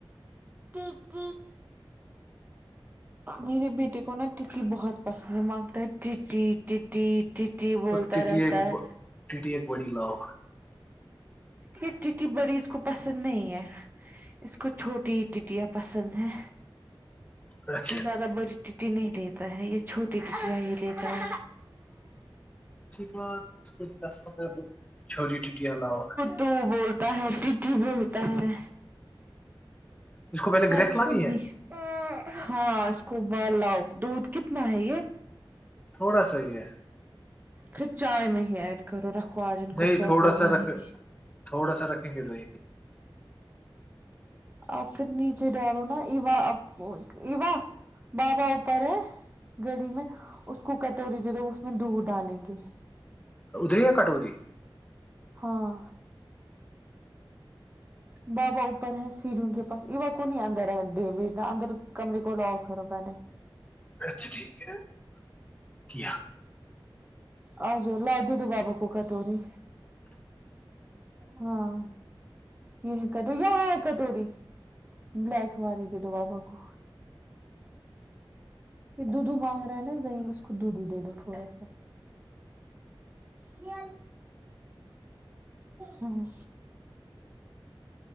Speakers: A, on the right (about 20°); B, on the left (about 15°).
A: ت ت میرے بیٹے کو نا ٹکی بہت پسند ہے مانگتا ہے ٹی ٹیٹی ٹیٹی بولتا
B: تو ٹی ٹی
A: رہتا
B: ایک
A: ہے
B: ٹی ایک بڑی لاؤ
A: یہ ٹی بڑی اس کو پسند نہیں ہے اس کو چھوٹی ٹیاں پسند ہیں
B: اچھا
A: یہ زیادہ بڑی چٹی نہیں لیتا ہے یہ چھوٹی چٹی ہے یہ لیتا ہے
B: بات اس کو دس پندرہ چھوٹی ٹی علاو
A: تو بولتا ہے ٹی بولتا ہے
B: اس کو پہلے
A: شاید
B: گریک
A: اس
B: لانی
A: کو
B: ہے
A: نہیں ہاں اس کو ب لاؤ دودھ کتنا ہے یہ
B: تھوڑا سحی ہے
A: پھر چائے میں ہی ایڈ کرو رکھو آج ان
B: نہیں
A: کو چوکوز
B: تھوڑا
A: نہیں
B: سا رکھ
A: دیں گی
B: تھوڑا سا رکھیں گے ذہ
A: آپ پھر نیچے ڈالو نا ایوا آپ کو ایوا بابا اوپر ہے گلی میں اس کو کٹوری دے دو اس میں دودھ ڈالیں گے
B: ادھری ہے کٹوی
A: ہاں بابا اوپر ہے سیریوں کے پاس ایوا کو نہیں اندر ہے بھیجنا اندر کمرے کو لاؤ کرو پہلے
B: اچھا ٹھیک ہے کیا
A: ہجر ل ددو بابا کو کٹوروری ہاں یہ ہے کٹوری یہاں ہے کٹوری بلک مار دو وابا کو یہ دودو مانگ رہا ہے نا زظائم اس کو دودھو دے دو تھوڑا سا یہ ہاں